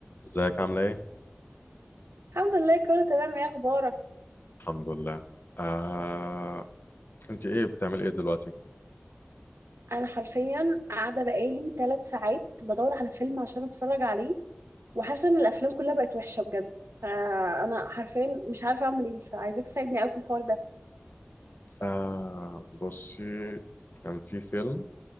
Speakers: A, on the left; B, on the right.
A: ازيك عاملة ايه؟
B: الحمد لله كله تمام ايه اخبارك
A: الحمد لله آه، انت ايه بتعملي ايه دلوقتي؟
B: انا حرفيا قاعده بقالي ثلاث ساعات بدور على فيلم عشان اتفرج عليه وحاسه ان الافلام كلها بقت وحشه بجد فانا حرفيا مش عارفه اعمل ايه فعايزاك تساعدني قوي في الحوار ده
A: آه، بصي كان في فيلم